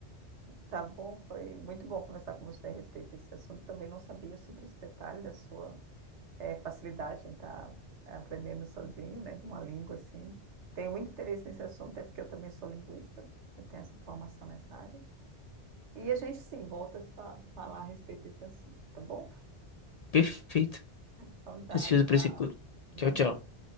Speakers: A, on the right; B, on the left.
A: Tá bom? Foi muito bom conversar com você a respeito desse assunto. Eu também não sabia sobre esse detalhe da sua eh, facilidade em estar tá aprendendo sozinho, né? Uma língua assim. Tenho muito interesse nesse assunto, até porque eu também sou linguista, eu tenho essa formação nessa área. E a gente sim volta a se fa- falar a respeito desse assunto, tá bom?
B: perfeito.
A: Então tá,
B: Ansioso
A: tchau.
B: para esse encontro.
A: Boa
B: Tchau, tchau.
A: noite.